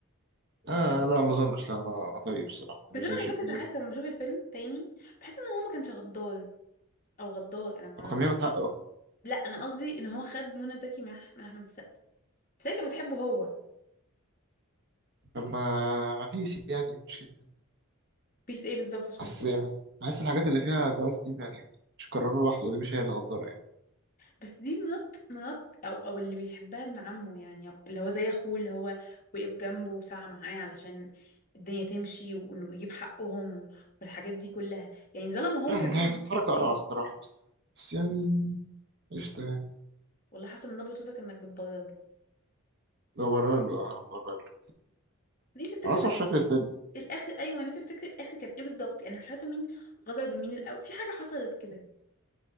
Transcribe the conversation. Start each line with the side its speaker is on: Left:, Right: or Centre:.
Right: اه لا ما اظنش لا انا أنا طيب الصراحه مش
Left: بس انا
Right: زي شريف
Left: على فكره
Right: منير
Left: ساعات لما بشوف الفيلم تاني بحس ان هو ما كانش غدار او غدار انا ما
Right: هو
Left: اعرفش
Right: كان بياخد حقه
Left: لا انا قصدي ان هو خد منى زكي من أح- من احمد السقا بس هي كانت بتحبه هو
Right: طب ما ما بيس يعني ايه المشكلة
Left: بيس ايه بالظبط عشان
Right: أصل
Left: بس
Right: يعني بحس الحاجات اللي فيها جواز دي يعني مش قراره لوحده اللي مش هي اللي غدارة يعني
Left: بس دي مرات مرات او او اللي بيحبها ابن عمه يعني أو اللي هو زي اخوه اللي هو وقف جنبه وسعى معاه علشان الدنيا تمشي وانه يجيب حقهم والحاجات دي كلها يعني ظلمه
Right: <clears throat>
Left: هو كمان
Right: هي كانت
Left: بقى
Right: حركة
Left: تاني
Right: قرعة الصراحة بس بس يعني قشطة يعني
Left: والله حسب من نبرة صوتك انك بتبرر له
Right: لو برر له أنا برر له
Left: نفسي افتكر
Right: أنا أصلا
Left: بس
Right: مش فاكر الفيلم
Left: الاخر ايوه نفسي افتكر الاخر كان ايه بالظبط يعني مش عارفه مين غدر بمين الاول في حاجه حصلت كده